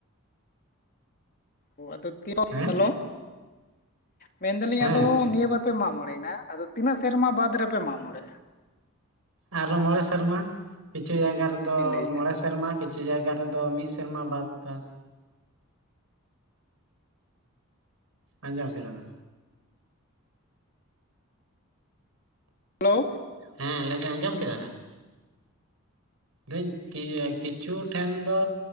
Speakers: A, on the left; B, on the right.
A: ᱚ ᱟᱫᱚ ᱛᱤᱞᱚᱠ
B: ᱦᱮᱸ
A: ᱦᱮᱞᱳ ᱢᱮᱱᱫᱟᱹᱞᱤᱧ
B: ᱦᱮᱸ
A: ᱟᱫᱚ ᱱᱤᱭᱟᱹ ᱵᱟᱨ ᱯᱮ ᱢᱟᱜ ᱢᱚᱬᱮᱭᱮᱱᱟ ᱟᱫᱚ ᱛᱤᱱᱟᱹᱜ ᱥᱮᱨᱢᱟ ᱵᱟᱫᱽ ᱨᱮᱯᱮ ᱢᱟᱜ ᱢᱚᱬᱮᱜᱼᱟ?
B: ᱟᱨ ᱦᱚᱸ ᱢᱚᱸᱬᱮ ᱥᱮᱨᱢᱟ, ᱠᱤᱪᱷᱩ ᱡᱟᱭᱜᱟ ᱨᱮᱫᱚ
A: ᱞᱤᱧ ᱞᱟᱹᱭᱮᱫᱼᱟ
B: ᱢᱚᱸᱬᱮᱥ ᱥᱮᱨᱢᱟ ᱠᱤᱪᱷᱩ ᱡᱟᱭᱜᱟ ᱨᱮᱫᱚ ᱢᱤᱫ ᱥᱮᱨᱢᱟ ᱵᱟᱫ ᱫᱟ ᱾ ᱟᱸᱡᱚᱢ ᱠᱮᱫᱟ ᱵᱮᱱ?
A: ᱦᱮᱞᱳᱣ ᱾
B: ᱦᱮᱸ ᱞᱟᱹᱭ ᱵᱮᱱ ᱟᱸᱡᱚᱢ ᱠᱮᱫᱟ ᱵᱮᱱ᱾ ᱫᱟᱹᱧ ᱠᱤ ᱮᱠ ᱠᱤᱪᱷᱩ ᱴᱷᱮᱱ ᱫᱚ